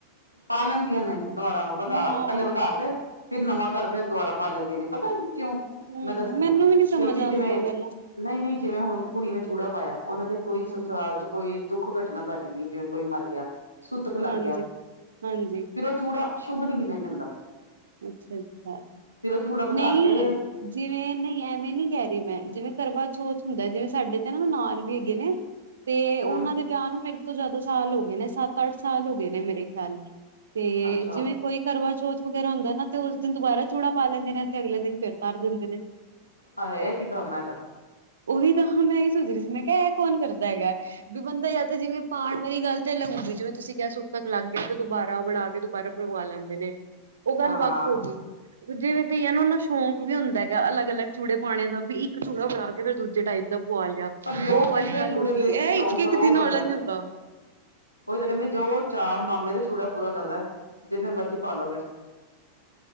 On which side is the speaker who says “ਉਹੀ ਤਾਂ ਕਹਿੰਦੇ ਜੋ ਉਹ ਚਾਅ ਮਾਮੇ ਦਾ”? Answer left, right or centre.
Left